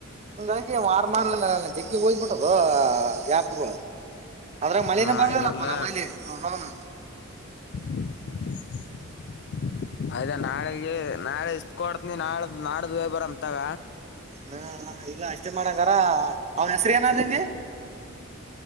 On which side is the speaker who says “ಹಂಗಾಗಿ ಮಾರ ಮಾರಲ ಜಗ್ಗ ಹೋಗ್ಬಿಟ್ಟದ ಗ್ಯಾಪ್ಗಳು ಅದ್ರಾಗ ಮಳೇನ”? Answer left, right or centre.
Right